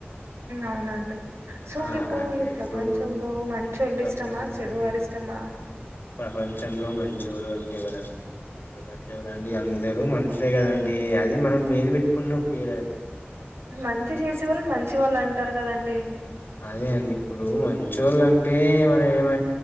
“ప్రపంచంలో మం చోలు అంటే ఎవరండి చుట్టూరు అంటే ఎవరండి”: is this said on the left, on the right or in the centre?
Left